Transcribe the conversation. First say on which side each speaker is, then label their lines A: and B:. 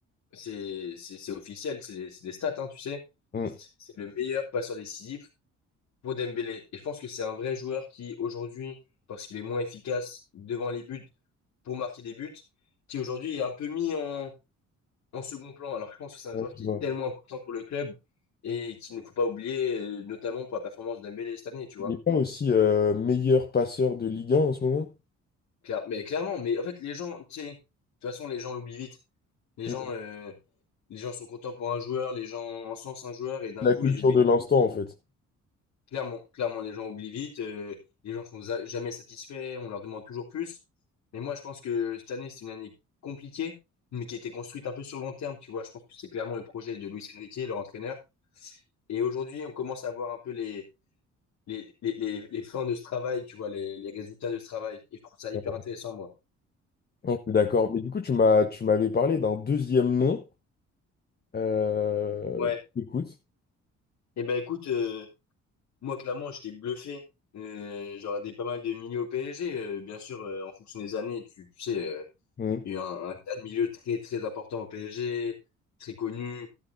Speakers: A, on the left; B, on the left.
A: c'est, c'est, c'est officiel, c'est des, c'est des stats, hein, tu sais.
B: Mm.
A: C'est le meilleur passeur décisif pour Dembélé. Et je pense que c'est un vrai joueur qui, aujourd'hui, parce qu'il est moins efficace devant les buts, pour marquer des buts, qui aujourd'hui est un peu mis en, en second plan. Alors je pense que c'est un
B: Ouais,
A: joueur qui
B: je vois.
A: est tellement important pour le club et qu'il ne faut pas oublier, euh, notamment pour la performance d'Dembélé cette année, tu vois.
B: Il n'est pas aussi euh, meilleur passeur de Ligue 1 en ce moment?
A: Claire- mais clairement, mais en fait les gens, tu sais, de toute façon les gens l'oublient vite. Les gens,
B: Mm.
A: euh, les gens sont contents pour un joueur, les gens encensent un joueur et d'un
B: C'est
A: coup
B: La culture
A: ils oublient
B: de
A: tout.
B: l'instant, en fait.
A: Clairement, clairement, les gens oublient vite, euh, les gens sont za- jamais satisfaits, on leur demande toujours plus. Mais moi, je pense que cette année, c'est une année compliquée, mais qui a été construite un peu sur long terme, tu vois. Je pense que c'est clairement le projet de Luis Enrique, leur entraîneur. Et aujourd'hui, on commence à voir un peu les, les, les, les, les fins de ce travail, tu vois, les, les résultats de ce travail. Et je trouve ça hyper
B: Mm.
A: intéressant, moi.
B: Je d'accord. Mais du coup, tu m'as, tu m'avais parlé d'un deuxième nom. Euh,
A: Ouais.
B: écoute.
A: Et ben, écoute, euh, moi, clairement, j'étais bluffé. Euh, j'aurais des pas mal de milieux au PSG, euh, bien sûr, euh, en fonction des années, tu, tu sais. euh,
B: Mmh.
A: Il y a un, un tas de milieux très très importants au PSG, très connus.